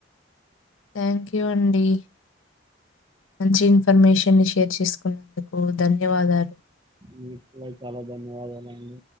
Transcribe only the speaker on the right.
మీకు కూడా చాలా ధన్యవాదాలండి